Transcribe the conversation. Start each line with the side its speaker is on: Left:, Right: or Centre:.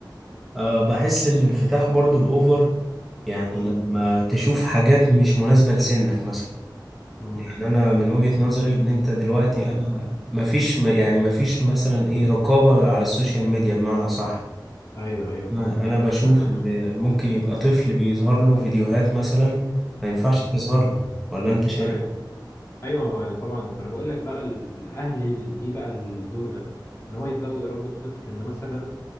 Centre: أه بحس الانفتاح برضو الأوفر يعني
Left: مم.
Centre: لما تشوف حاجات مش مناسبة لسنك مثلا
Left: مم.
Centre: يعني انا من وجهة نظري ان انت دلوقتي
Left: ايوه
Centre: انا مفيش م- يعني مفيش مثلا ايه رقابة على السوشيال ميديا بمعنى صح
Left: ايوه ايوه
Centre: انا
Left: فاهمك
Centre: أنا بشوف
Left: <clears throat>
Centre: ان ممكن يبقى طفل بيظهر له فيديوهات مثلا ما ينفعش
Left: مم.
Centre: تظهر له ولا انت شايف
Left: ايوه
Centre: ايه
Left: ايوه هو طبعا ما انا بقول لك بقى ال- الاهل ليه بقى الدور ده ان هو يبداوا يربوا الطفل ان مثلا